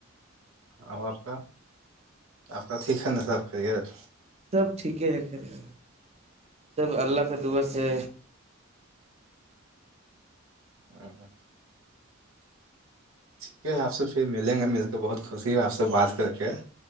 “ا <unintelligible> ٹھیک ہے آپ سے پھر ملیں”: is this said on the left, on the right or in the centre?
Right